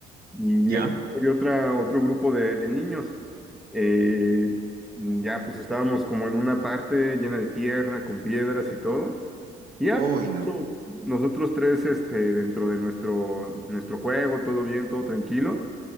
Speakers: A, in the centre; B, on the right.
A: y
B: ¿Ya?
A: había otra, otro grupo de, de niños. Eh, ya pues estábamos como en una parte llena de tierra, con piedras y todo. Y ya
B: Hoy no.
A: pues, nosotros tres este, dentro de nuestro, nuestro juego, todo bien, todo tranquilo.